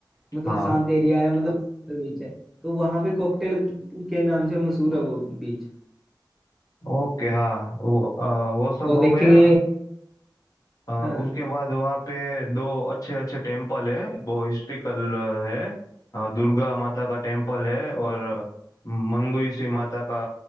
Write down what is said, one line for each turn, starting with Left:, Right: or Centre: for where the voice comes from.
Centre: मतलब
Left: हाँ
Centre: शांत एरिया है मतलब बीच है तो वहाँ पे कॉकटेल के नाम से मशहूर है वो बीच
Left: ओके हाँ वो अ, वो सब
Centre: तो
Left: हो
Centre: देखेंगे
Left: गया अ,
Centre: हाँ
Left: उसके
Centre: हाँ
Left: बाद वहाँ पे दो अच्छे अच्छे टेम्पल है वो हिस्ट्रिकल है अ, दुर्गा माता का टेम्पल है और अ, मंगुइसी माता का